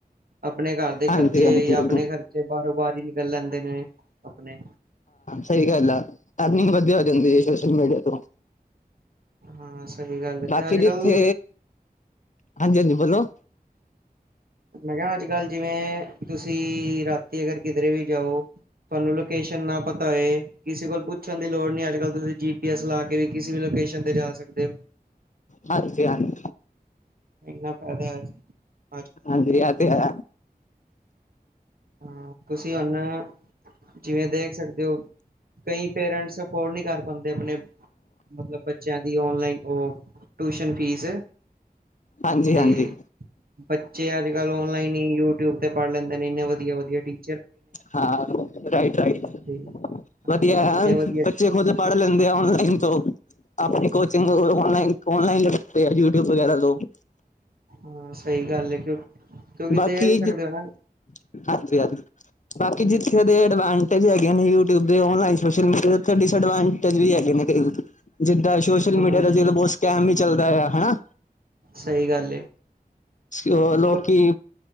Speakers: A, on the right (about 65°); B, on the left (about 50°).
A: ਆਪਣੇ ਘਰ ਦੇ ਖਰਚੇ
B: ਹਾਂਜੀ ਹਾਂਜੀ
A: ਜਾਂ ਆਪਣੇ ਖਰਚੇ ਬਾਹਰੋਂ ਬਾਰ ਹੀ ਨਿਕਲ ਲੈਂਦੇ ਨੇ ਆਪਣੇ
B: ਸਹੀ ਗੱਲ ਆ ਆ ਜਾਂਦੀ ਸੋਸ਼ਲ ਮੀਡੀਆ ਤੋਂ
A: ਹਾਂ ਸਹੀ ਗੱਲ ਹੈ
B: ਬਾਕੀ
A: ਤੇ ਅੱਜ
B: ਜਿੱਥੇ
A: ਕੱਲ
B: ਹਾਂਜੀ ਹਾਂਜੀ ਬੋਲੋ
A: ਹੈਗਾ ਅੱਜ ਕੱਲ ਜਿਵੇਂ ਤੁਸੀਂ ਰਾਤੀ ਅਗਰ ਕਿਧਰੇ ਵੀ ਜਾਓ ਤੁਹਾਨੂੰ ਲੋਕੇਸ਼ਨ ਨਾ ਪਤਾ ਹੈ ਕਿਸੇ ਕੋਲ ਪੁੱਛਣ ਦੀ ਲੋੜ ਨਹੀਂ ਅੱਜ ਕੱਲ ਤੁਸੀਂ ਜੀ ਪੀ ਐਸ ਲਾ ਕੇ ਵੀ ਕਿਸੇ ਵੀ ਲੋਕੇਸ਼ਨ 'ਤੇ ਜਾ ਸਕਦੇ ਹੋ
B: ਹਾਂਜੀ ਹਾਂਜੀ
A: ਨਾ ਫਾਇਦਾ ਹੋ
B: ਹਾਂਜੀ ਆ ਤੇ ਹੈ
A: ਹਾਂ ਤੁਸੀਂ ਹੁਣ ਜਿਵੇਂ ਦੇਖ ਸਕਦੇ ਹੋ ਕਈ ਪੇਰੈਂਟਸ ਅਫੋਰਡ ਨਹੀਂ ਕਰ ਪਾਉਂਦੇ ਆਪਣੇ ਮਤਲਬ ਬੱਚਿਆਂ ਦੀ ਔਨਲਾਈਨ ਉਹ ਟਿਸ਼ਨ ਫੀਸ
B: ਹਾਂਜੀ
A: ਤੇ
B: ਹਾਂਜੀ
A: ਬੱਚੇ ਅੱਜ ਕੱਲ ਔਨਲਾਈਨ ਹੀ ਯੂਟਿਊਬ ਤੇ ਪੜ੍ਹ ਲੈਂਦੇ ਨੇ ਇੰਨੇ ਵਧੀਆ ਵਧੀਆ ਟੀ
B: ਹਾਂ ਰਾਈਟ ਰਾਈਟ
A: ਤੇ ਹਾਂ
B: ਵਧੀਆ ਹੈ
A: ਇੰਨੇ ਵਧੀਆ
B: ਬੱਚੇ ਖੁੱਦ ਪੜ ਲੈਂਦੇ ਆ ਔਨਲਾਈਨ ਤੋਂ ਆਪਣੀ ਕੋਚਿੰਗ ਔਨਲਾਈਨ ਔਨਲਾਈਨ ਲ ਯੂਟੀਊਬ ਵਗੈਰਾ ਲੋਕ
A: ਹਾਂ ਸਹੀ ਗੱਲ ਹੈ ਕਿਉਂ ਕਿਉਂਕਿ
B: ਬਾਕੀ
A: ਦੇਖ ਸਕਦੇ ਹੋ ਨਾ
B: ਹਾਂਜੀ-ਹਾਂਜੀ ਬਾਕੀ ਜਿੱਥੇ ਦੇ ਐਡਵਾਂਟੇਜ ਹੈਗੇ ਨੇ ਯੂਟਿਊਬ ਦੇ ਔਨਲਾਈਨ ਸੋਸ਼ਲ ਮੀਡੀਆ ਦੇ ਉਥੇ ਡਿਸਐਡਵਾਂਟੇਜ ਵੀ ਹੈਗੇ ਨੇ ਜਿੱਦਾਂ ਸੋਸ਼ਲ
A: ਹਾਂ
B: ਮੀਡੀਆ ਦਾ ਜਦੋਂ ਬਹੁਤ ਸਕੈਮ ਵੀ ਚੱਲਦਾ ਆ ਹਨਾ
A: ਸਹੀ ਗੱਲ ਏ
B: ਉਹ ਲੋਕੀ
A: ਲੋ